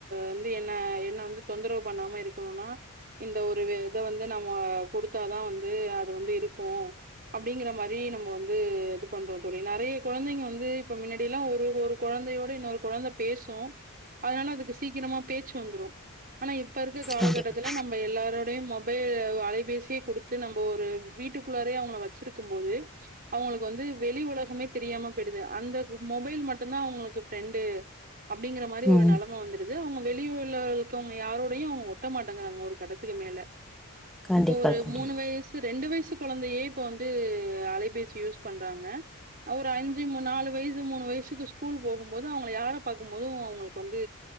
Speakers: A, on the right; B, in the centre.
A: வந்து என்ன என்ன வந்து தொந்தரவு பண்ணாம இருக்கணும்னா இந்த ஒரு இதை வந்து நம்ம கொடுத்தாதா வந்து அது வந்து இருக்கு அப்டிங்கிற மாரி நம்ம வந்து இது பண்றோ தோழி நெறைய குழந்தைங்க வந்து இப்ப மின்னாடில்லாம் ஒரு ஒரு கொழந்தயோட இன்னொரு குழந்தை பேசு அதனால அதுக்கு சீக்கிரமா பேச்சு வந்துரூ ஆனா இப் இப்ப இருக்க காலகட்டத்தில
B: கண்டிப்பாக
A: நம்ம எல்லார் உங்களுடைய மொபைல் அலைபேசியே குடுத்து நம்ம ஒரு வீட்டுக்குள்ளரே அவங்க வச்சிருக்கு போது அவங்களுக்கு வந்து வெளி ஒலகமே தெரியாம போயிடுது அந்த மொபைல் மட்டுந்தா அவங்களுக்கு ப்ரெண்டு அப்படிங்கிற மாரி ஒரு
B: ம்
A: வந்துருது அவங்க வெளியுர்ல இருக்கவங்க யாரோடையு அவங்க ஒட்ட மாட்டேங்கறாங்க ஒரு கட்டத்துக்கு மேல
B: கண்டிப்பாக
A: இப்ப ஒரு
B: தோழி
A: மூணு வயசு ரெண்டு வயசு குழந்தையே இப்ப வந்து அலைபேசி யூஸ் பண்றாங்க ஒரு அஞ்சு மு நாலு வயசு மூணு வயசுக்கு ஸ்கூல் போகும்போது அவங்க யார பாக்கும் போது அவங்கள் வந்து